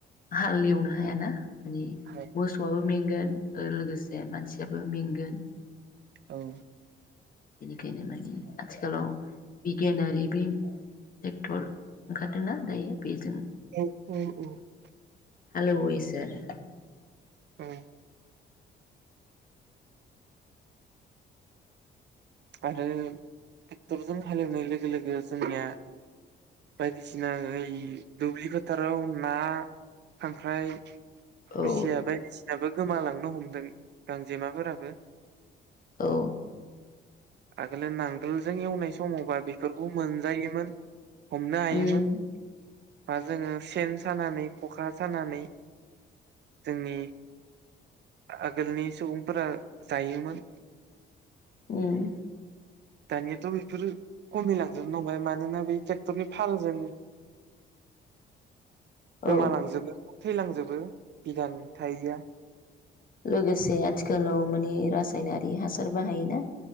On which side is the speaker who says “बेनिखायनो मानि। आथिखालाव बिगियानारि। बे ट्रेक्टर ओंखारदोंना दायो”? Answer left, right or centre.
Left